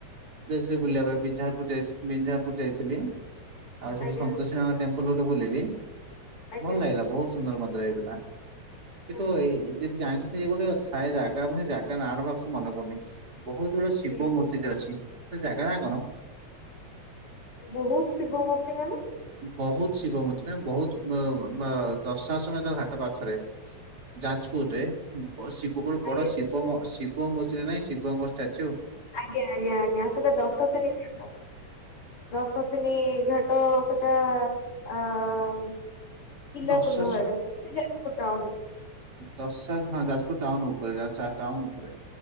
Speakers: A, on the right; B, on the left.
A: ଯାଇଥିଲି ବୁଲିଆ ପାଇଁ ବିଝାର୍ ପୁର୍ ବିଞ୍ଜା ର ପୁର ଯାଇଥିଲି। ଆଉ ସେଠି
B: ଆଜ୍ଞା
A: ସନ୍ତୋଷୀ ମାଙ୍କ ଟେମ୍ପୁଲ୍ ଗୋଟେ ବୁଲିଲି
B: ଆଜ୍ଞା
A: ଭଲ ଲାଗିଲା ବହୁତ ସୁନ୍ଦର ମନ୍ଦିର ହେଇଥିଲା। କିନ୍ତୁ
B: ହଁ
A: ଏଇ ଯଦି ଜାଣିଚନ୍ତି ଗୋଟେ ଥାଏ ଜାଗା ଏବଂ ଜାଗା ନା ଭଲ୍ସେ ମନେ ପଡୁନି। ବହୁତ ଗୁଡେ ଶିବ
B: ଆଜ୍ଞା
A: ମୂର୍ତ୍ତି ଟେ ଅଛି ସେ ଜାଗା ନାଁ କଣ?
B: ବହୁତ୍ ଶିବ ମୂର୍ତ୍ତି ମାନେ
A: ବହୁତ୍ ଶିବ ମୂର୍ତ୍ତି ବହୁତ ବ ବ ଦଶା ସମୟ ତା ଘାଟ ପାଖରେ। ଯାଜ୍ପୁର ରେ। ଉଁ ବଶ୍ ଶିବ କଣ
B: ଆଜ୍ଞା
A: ବଡ ଶିବ ମ ଶିବ ମୂର୍ତ୍ତିଟେ ନାହିଁ ଶିବଙ୍କ ଷ୍ଟ୍ୟାଚୁ।
B: ଆଜ୍ଞା-ଆଜ୍ଞା-ଆଜ୍ଞା ସେଇଟା ଦଶସିନି ଘାଟ। ଦଶସିିନି-ଇ-ଇ ଘାଟ ସେଟା-ଆ-ଆ ଆଁ କିଲା
A: ଦଶା
B: ପୋଲ ଆଡେ ସେ ଯାଜପୁର ଟାଉନ।
A: ଦଶା ଘା ହଁ ଯାଜପୁର ଟାଉନ ଉପରେ ଆଚ୍ଛା ଟାଉନ ଉପ୍ ଉପରେ,